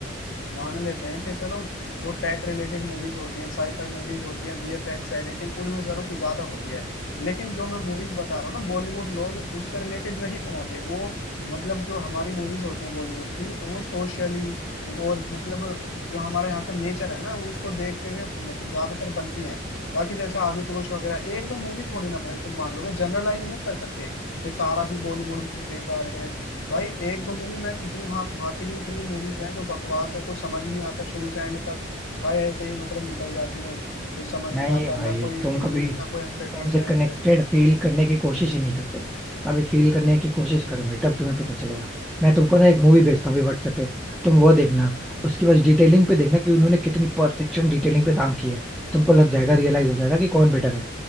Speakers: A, on the left; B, in the centre.
A: मान लेते हैं कि चलो जो टेक रिलेटेड मूवीज होती हैं साईफाई मूवीज होती हैं वीएफएक्स एडिटिंग उनमें जरूरत ज्यादा होती है लेकिन जो मैं मूवीज बता रहा हूँ ना बॉलीवुड लोग उससे रिलेटेड नहीं बनाते वो मतलब जो हमारी मूवीज होती हैं बॉलीवुड की वो सोशली और मतलब जो हमारे यहाँ का नेचर है ना उसको देखते हुए म- ज्यादातर बनती हैं बाकी जैसे आदि पुरुष वगैरह एक दो मूवी थोड़ी ना भाई तुम मान लोगे जनरलाइज नहीं कर सकते कि सारा ही बॉलीवुड मूवी बेकार है भाई एक दो मूवी मैं कितनी वहां वहां की भी इतनी मूवीज हैं जो बकवास है कुछ समझ नहीं आता शुरू से एंड तक भाई ऐसे ही मतलब निकल जाती हैं कुछ समझ
B: नहीं
A: नहीं आता
B: भाई
A: ना कोई
B: तुम
A: फीलिंग
B: कभी
A: ना कोई एंटरटेनमेंट
B: उनसे कनेक्टेड फील करने की कोशिश ही नहीं करते कभी फील करने की कोशिश करो भाई तब तुम्हें पता चलेगा मैं तुमको ना एक मूवी भेजता हूँ अभी व्हाट्सएप पे तुम वो देखना उसकी बस डिटेलिंग पे देखना कि उन्होंने कितनी परफेक्शन डिटेलिंग पे काम की है तुमको लग जाएगा रियलाइज हो जाएगा कि कौन बेटर है